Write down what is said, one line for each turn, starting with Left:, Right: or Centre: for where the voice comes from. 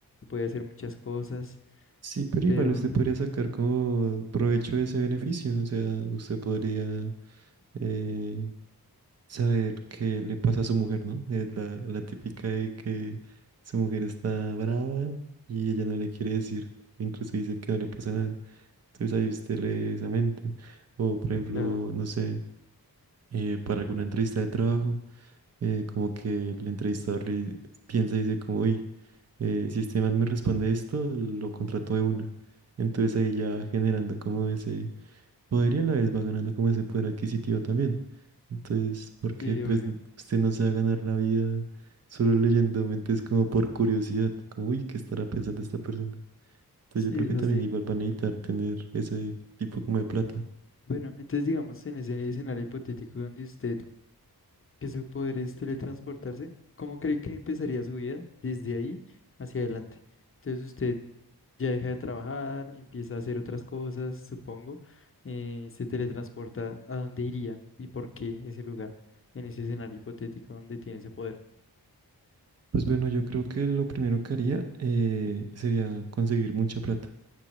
Left: Puede hacer muchas cosas,
Right: Sí, pero
Left: pero
Right: igual usted podría sacar como provecho de ese beneficio. O sea, usted podría eh, saber qué le pasa a su mujer, ¿no? Es la, la típica de que su mujer está brava y ella no le quiere decir. Incluso dice que no le pasa nada. Entonces ahí usted lee esa mente. O por ejemplo,
Left: claro,
Right: no sé, eh, para alguna entrevista de trabajo. eh, como que el entrevistador le piensa y dice como, uy, eh, si este man me responde esto, lo contrato de una. Entonces ahí ya generando como ese poder y a la vez va ganando como ese poder adquisitivo también. Entonces, porque
Left: sí,
Right: pues
Left: obvio.
Right: usted no se va a ganar la vida solo leyendo mentes como por curiosidad, como, uy, ¿qué estará pensando esta persona? Entonces
Left: Sí,
Right: yo creo
Left: es
Right: que
Left: así.
Right: también igual van a necesitar tener ese tipo como de plata.
Left: Bueno, entonces digamos en ese escenario hipotético donde usted, que su poder es teletransportarse, ¿cómo cree que empezaría su vida desde ahí hacia adelante? Entonces usted ya deja de trabajar, empieza a hacer otras cosas, supongo, eh, se teletransporta a dónde iría y por qué ese lugar, en ese escenario hipotético donde tiene ese poder.
Right: Pues bueno, yo creo que lo primero que haría eh, sería conseguir mucha plata.